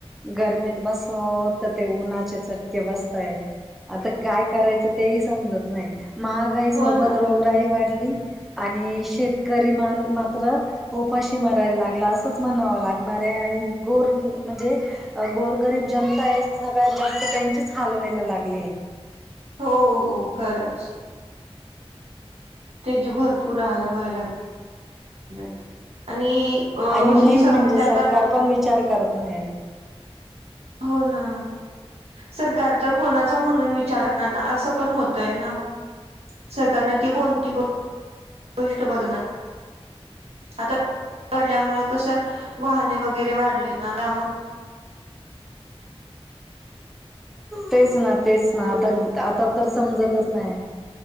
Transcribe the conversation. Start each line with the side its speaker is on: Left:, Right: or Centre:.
Centre: गर्मीत बसाव तर ते, उन्हाचे चटके बसताय. आता काय करायचं तेही, समजत नाही मागं. ई सोबत
Right: हो ना
Centre: रोगराई वाढली, आणि शेतकरी मात्र. उपाशी मारायला लागला असंच म्हणावं लागणार आहे. आणि गोर म्हणजे, अ गोरगरीब जनता आहे सगळ्यात जास्त त्यांचेच हाल व्हायला लागले.
Right: हो हो, खरंच. त्यांचे भरपूर हाल व्हायला लागलेत आणि अ
Centre: आणि मेन
Right: हे सगळं
Centre: म्हणजे, सरकार
Right: आता
Centre: पण विचार करत नाही ये.
Right: हो ना. सरकार तर कोणाचा म्हणून, विचारणार करणार ना असं पण होतंय ना. सरकार नक्की कोणती गोष्ट बघणार.
Centre: हो.
Right: आता तोडल्यामुळे कस वाहने वगैरे वाढले ना त्यामुळं.
Centre: तेच ना, तेच ना आता, आता तर समजतच नाही.